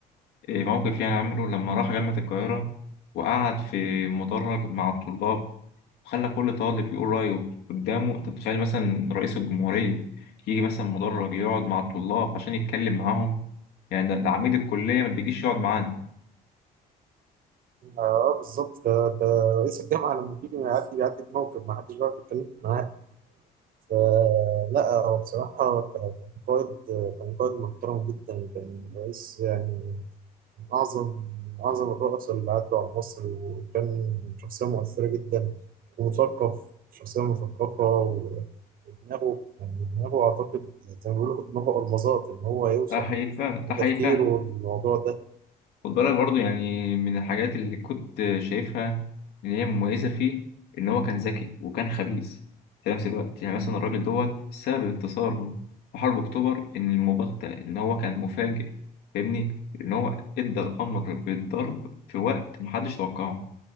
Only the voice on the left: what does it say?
إيه، موقف يعني عمله لما راح جامعه القاهره وقعد في مدرج مع الطلاب خلى كل طالب يقول رأيه قدامه انت متخيل مثلا رئيس الجمهورية يجي مثلا مدرج يقعد مع الطلاب عشان يتكلم معاهم يعني ده, ده عميد الكلية ما بيجيش يقعد معانا
ده حقيقي فعلا ده
حقيقي فعلا
خد بالك برضه يعني من الحاجات اللي كنت شايفها إن هي مميزة فيه إن هو كان ذكي وكان خبيث في نفس الوقت يعني مثلا الراجل دوت سبب انتصاره في حرب أكتوبر إن المباغتة إن هو كان مفاجئ فاهمني إن هو إدى الأمر بالضرب في وقت محدش توقعه